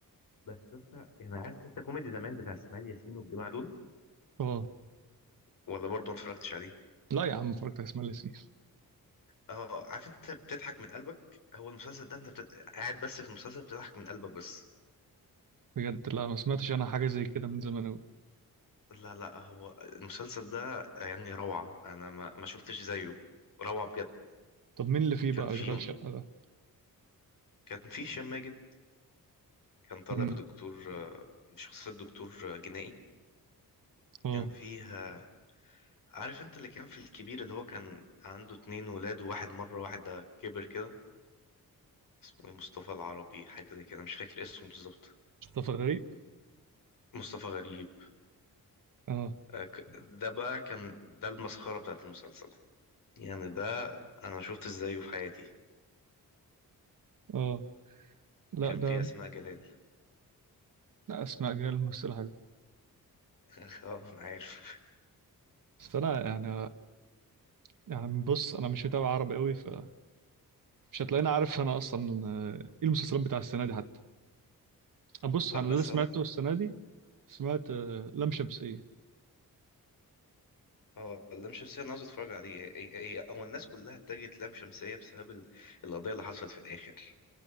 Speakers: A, on the left; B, on the right.
A: بس انت يعني عارف انت كوميدي زمان بتاع اسماعيل ياسين والجماعه دول
B: اه
A: ولا برضه ما اتفرجتش عليه
B: لا يا عم اتفرجت على اسماعيل ياسين
A: اه عارف انت بتضحك من قلبك هو المسلسل ده انت بت... قاعد بس في المسلسل بتضحك من قلبك بس
B: بجد لا ما سمعتش انا حاجة زي كده من زمان اوي
A: لا لا هو المسلسل ده يعني روعة انا ما, ما شفتش زيه روعة بجد
B: طب مين اللي فيه
A: كان
B: بقى
A: في
B: اشغال شقة ده؟
A: كان في هشام ماجد كان طالع
B: مم.
A: بدكتور آه، بشخصية دكتور آه، جنائي
B: اه
A: كان فيها عارف انت اللي كان في الكبير اللي هو كان عنده اتنين ولاد وواحد مرة واحد ده كبر كده اسمه ايه مصطفى العربي حاجة زي كده مش فاكر اسمه بالظبط
B: مصطفى غريب
A: مصطفى غريب
B: اه
A: آه، ك- ده بقى كان ده المسخرة بتاعت المسلسل يعني ده انا شفت ازايه في حياتي
B: اه لا
A: كان
B: ده
A: في اسماء جلال
B: لا اسماء جلال ممثلة حلوة
A: <laughs> اه انا عارف
B: بس انا يعني يعني بص انا مش متابع عربي قوي فمش هتلاقيني عارف انا اصلا آه، ايه المسلسلات بتاع السنه دي حتى انا بص
A: لا
B: انا
A: بس
B: اللي سمعته
A: هو
B: السنه دي سمعت آه، لام شمسيه
A: اه اللام شمسية انا عاوز اتفرج عليه إيه- إيه- هو الناس كلها اتجهت لام شمسية بسبب ال- القضية اللي حصلت في الاخر